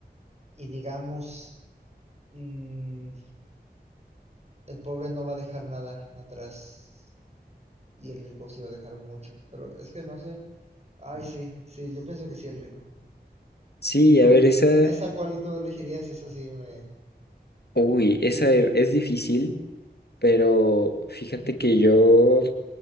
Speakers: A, on the right; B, on the left.
A: Y digamos, mm, el pobre no va a dejar nada atrás y el rico sí va a dejar mucho. Pero es que no sé. Ay, sí, sí, yo pienso que sí, el rico.
B: Sí,
A: ¿Tú?
B: a ver, esa...
A: ¿En esa cuál tú elegirías? Esa sí me,
B: Uy, esa e- es difícil, pero fíjate que yo